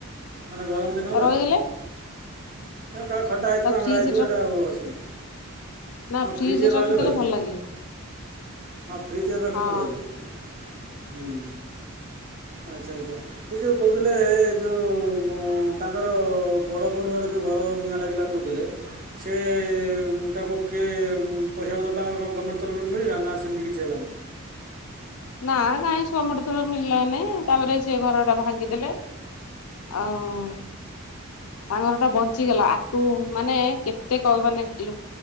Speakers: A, on the right; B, on the left.
A: ମାନେ ଗରମ ଦିନ ତ
B: ରହିଗଲେ
A: ଏ କାଳେ ଖଟା ହେଇଯିବ
B: ଆଉ
A: ଆମ୍ବଳା
B: ଫ୍ରିଜ
A: ହେଇଯିବ
B: ର
A: ଏଇଟା ଆସୁନି
B: ନା
A: ହଁ
B: ଫ୍ରିଜ
A: ଫ୍ରିଜରେେ
B: ରଖିଦେଲେ
A: ରହିଲେ ରହିଯିବ
B: ଭଲ ଲାଗିବ
A: ହଁ ଫ୍ରିଜରେେ ରଖିଲେ
B: ହଁ
A: ରହିଯିବ। ହୁଁ ଆଚ୍ଛା ଆଚ୍ଛା ସେ ଯେଉଁ କହୁଥିଲେ ଯେଉଁ ତାଙ୍କର ବଡ଼ ଭଉଣୀଙ୍କର ଯେଉଁ ଘର ନିଆଁ ଲାଗିଲା କହୁଥିଲେ ସେ ତାାକୁ କିଏ ପଇସା ପତ୍ର ତାଙ୍କର ଗଭର୍ଣ୍ଣମେଣ୍ଟ ତରଫରୁ ମିଳିଲା ନା ସେମିତି କିଛି ହେଲାନି।
B: ନା କାହିଁ ସଆ ମଟ ଥର ମଳିଲା ନାାଇଁ ତାପରେ ସେ ଘର ଟା ଭାଙ୍ଗିଦେଲେ ଆଉ ତା ଘର ଟା ବଞ୍ଚିଗଲା ଆଟୁ ମାନେ କେତେ କ ମାନେ